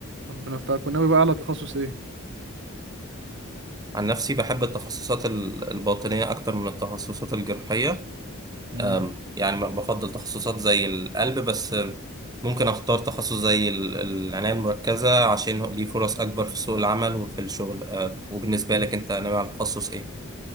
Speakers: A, on the right; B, on the right.
A: ربنا يوفقك وناوي بقى على تخصص ايه
B: عن نفسي بحب التخصصات ال- الباطنية أكتر من التخصصات الجراحية
A: امم
B: أم، يعني ب- بفضل تخصصات زي القلب بس أم، ممكن اختار تخصص زي ال- العناية المركزة عشان هو- ليه فرص اكبر في سوق العمل وفي الشغل أه، وبالنسبة لك انت ناوي على تخصص ايه